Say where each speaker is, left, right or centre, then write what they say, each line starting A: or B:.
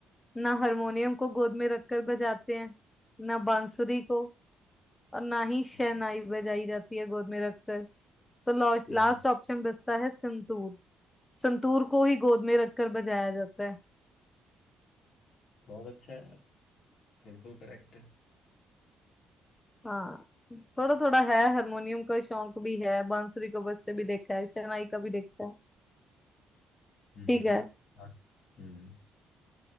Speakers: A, on the left (about 15°); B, on the left (about 70°).
A: ना हारमोनियम को गोद में रखकर बजाते हैं ना बांसुरी को और ना ही
B: ठीक
A: शहनाई
B: है
A: बजाई जाती है गोद में रखकर तो
B: हम्म
A: लास्ट
B: हम्म,
A: ऑप्शन बचता है संतूर संतूर को ही गोद में रखकर बजाया जाता है
B: बहुत अच्छा है बिल्कुल करेक्ट है
A: हाँ थोड़ा थोड़ा है हारमोनियम का शौक भी है बांसुरी को बजते भी देखा है शहनाई का भी देखा है
B: हम्म
A: ठीक
B: हम्म
A: है
B: हाँ, हम्म